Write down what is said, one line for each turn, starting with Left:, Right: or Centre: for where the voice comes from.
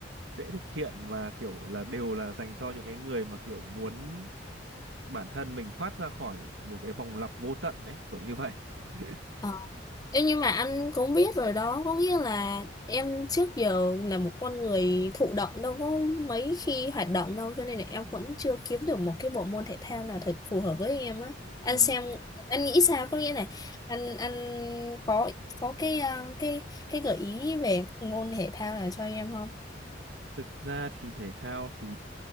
Right: dễ thực hiện và kiểu là đều là dành cho những cái người mà kiểu muốn bản thân mình thoát ra khỏi một cái vòng lặp vô tận ấy kiểu như vậy <laughs>
Left: ờ. em nhưng mà anh cũng biết rồi đó có nghĩa là em trước giờ là một con người thụ động đâu có mấy khi hoạt động đâu cho nên là em vẫn chưa kiếm được một cái bộ môn thể thao nào thật phù hợp với em á anh
Right: ừ.
Left: xem anh nghĩ sao có nghĩa là anh anh có có cái ờ, cái cái gợi ý về môn thể thao nào cho em không
Right: thực ra thì thể thao thì